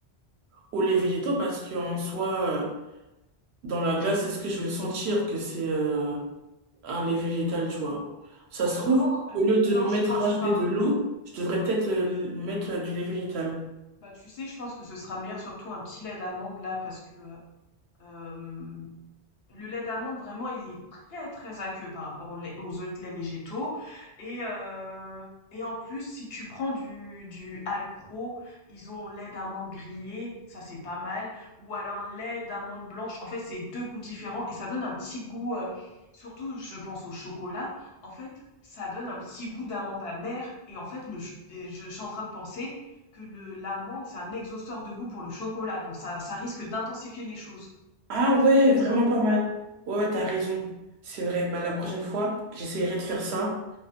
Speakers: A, on the right (about 75°); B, on the left (about 65°).
A: au lait végétaux parce qu'en soi, euh, dans la glace, est-ce que je vais sentir que c'est euh, Ah, lait végétal tu vois. Ça
B: Ah
A: se trouve,
B: non, euh,
A: au lieu de
B: non, je
A: mettre
B: pense
A: rajouter
B: pas.
A: de l'eau, je devrais peut-être euh, mettre euh, du lait végétal.
B: Bah, tu sais, je pense que ce sera meilleur surtout un petit lait d'amande là parce que, heu, hem, le lait d'amande, vraiment, il est très, très aqueux par rapport au lait aux autres laits végétaux et heu et en plus, si tu prends du du Alpro, ils ont lait d'amande grillé, ça, c'est pas mal ou alors lait d'amande blanche. En fait, c'est 2 goûts différents et ça donne un petit goût, heu, surtout je pense au chocolat, en fait, ça donne un petit goût d'amande amère et en fait, le ch et je je suis en train de penser que le l'amande, c'est un exhausteur de goût pour le chocolat donc ça ça risque d'intensifier les choses. Ça
A: Ah
B: peut être
A: ouais,
B: intéressant.
A: vraiment pas mal. Ouais, ouais, t'as raison. C'est vrai, bah la prochaine fois, j'essaierai de faire ça.